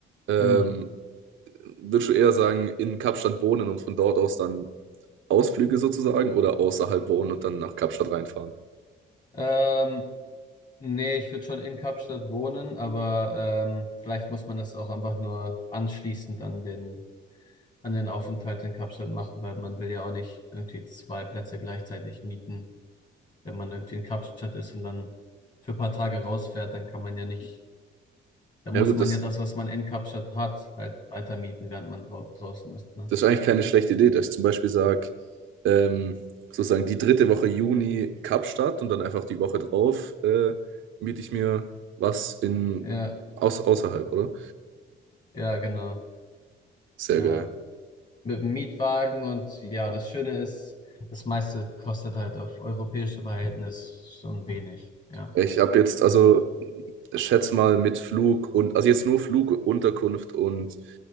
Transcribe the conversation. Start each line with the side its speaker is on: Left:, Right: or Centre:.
Right: ähm,
Left: Hm.
Right: würdest du eher sagen, in Kapstadt wohnen und von dort aus dann Ausflüge sozusagen oder außerhalb wohnen und dann nach Kapstadt reinfahren?
Left: Ähm, nee, ich würde schon in Kapstadt wohnen, aber ähm, vielleicht muss man das auch einfach nur anschließend an den an den Aufenthalt in Kapstadt machen, weil man will ja auch nicht irgendwie zwei Plätze gleichzeitig mieten. Wenn man irgendwie in Kapstadt ist und dann für ein paar Tage rausfährt, dann kann man ja nicht, dann
Right: Ja
Left: muss
Right: gut,
Left: man
Right: das.
Left: ja das, was man in Kapstadt hat, halt weiter mieten, während man drau draußen ist, ne?
Right: Das ist eigentlich keine schlechte Idee, dass ich zum Beispiel sage, ähm, sozusagen die dritte Woche Juni Kapstadt und dann einfach die Woche drauf äh, miete ich mir was in
Left: Ja,
Right: aus, außerhalb, oder?
Left: ja, genau.
Right: Sehr
Left: Ähm,
Right: geil.
Left: mit dem Mietwagen und ja, das Schöne ist, das meiste kostet halt auf europäische Verhältnis schon wenig, ja.
Right: Ich habe jetzt, also
Left: Also,
Right: schätz mal mit Flug und, also jetzt nur Flug, Unterkunft und